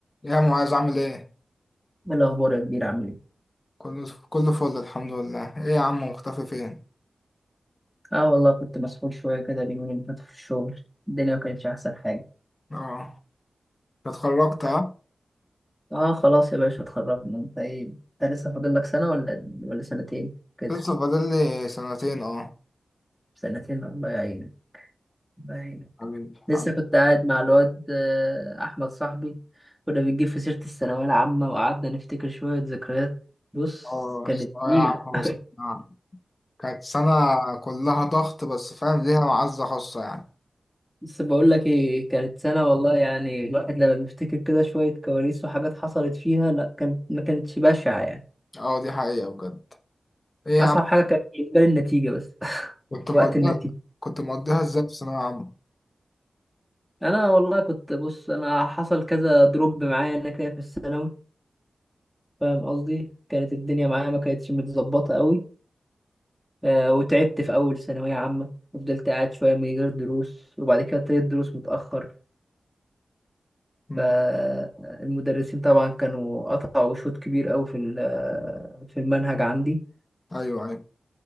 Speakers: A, on the left; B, in the centre.
A: إيه يا معاذ عامل ايه؟
B: ايه الأخبار يا كبير عامل ايه؟
A: كله كله فل الحمد لله، ايه يا عم مختفي فين؟
B: اه والله كنت مسحول شوية كده اليومين اللي فاتوا في الشغل الدنيا ما كانتش أحسن حاجة
A: اه اتخرجت
B: لا.
A: ها؟
B: اه خلاص يا باشا اتخرجنا انت ايه انت لسه فاضل لك سنة ولا ولا سنتين كده
A: لسه فاضل لي سنتين اه
B: سنتين الله يعينك الله يعينك
A: حبيبي
B: لسه
A: حبيبي
B: كنت قاعد مع الواد آه، أحمد صاحبي كنا بنجيب في سيرة الثانوية العامة وقعدنا نفتكر شوية ذكريات بص
A: اه
B: كانت
A: ثانوية
B: نيلة
A: عامة
B: <laughs>
A: بس آه. كانت سنة كلها ضغط بس فاهم ليها معزة خاصة يعني
B: بس بقول لك ايه كانت سنة والله يعني الواحد لما بيفتكر كده شوية كواليس وحاجات حصلت فيها لا كانت ما كانتش بشعة يعني
A: اه دي حقيقة بجد ايه يا
B: أصعب
A: عم
B: حاجة كانت بالنسبة لي النتيجة بس <laughs>
A: كنت
B: وقت
A: مقضيها
B: النتيجة
A: كنت مقضيها ازاي في ثانوية عامة؟
B: أنا والله كنت بص أنا حصل كذا دروب معايا أنا كده في الثانوي فاهم قصدي كانت الدنيا معايا ما كانتش متظبطة قوي آه وتعبت في أول ثانوية عامة وفضلت قاعد شوية من غير دروس وبعد كده ابتديت دروس متأخر
A: مم.
B: فالمدرسين طبعا كانوا قطعوا شوط كبير قوي في ال- آه، في المنهج عندي
A: ايوه ايوه